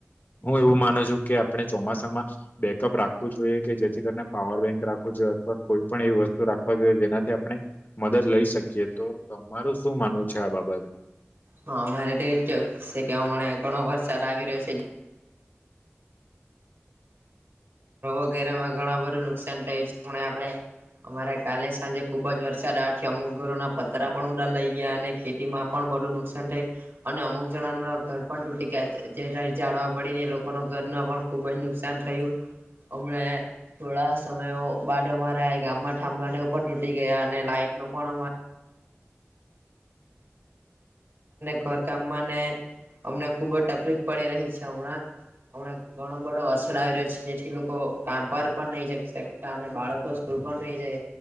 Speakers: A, on the left; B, on the right.
A: હું એવું માનું છું કે આપણે ચોમાસામાં બેકઅપ રાખવું જોઈએ કે જેથી કરીને પાવર બેંક રાખું જોઈએ અથવા કોઈ પણ એવી વસ્તુ રાખવા જોઈએ જેનાથી આપણે મદદ લઈ શકીએ તો તમારું શું માનવું છે? આ બાબત
B: હા અમારે તો કેવું છે કે હમણા ઘણો વરસાદ આવી રહ્યો છે. વગેરે માં ઘણા બધું નુકસાન થયું છે પણ આપડે અમારે કાલે સાંજે ખુબ જ વરસાદ આઠથી અમુક ઘરોના પતરા પણ ઉડા લઈ ગયા અને ખેતીમાં પણ બધું નુકસાન થયુ. અને અમુક જણાના ઘર પણ તૂટી ગયા જે ઝાડવા પડીને એ લોકોના ઘર પણ ખૂબ જ નુકસાન થયું. હમણે... થોડા સમયો બાડ અમારા ગામમાં થાંભલા ને એવુ પણ તૂટી ગયા અને લાઈટ નો પણ અમા ઘર કામમાં ને અમને ખુબ જ તકલીફ પડી રહી છે હમણાં હમણા ઘણ બધો વરસાદ આવી રહ્યો છે. જેથી લોકો કામ પર પણ નહી જઈ સકતા અને બાળકો સ્કૂલ પણ નહી જઈ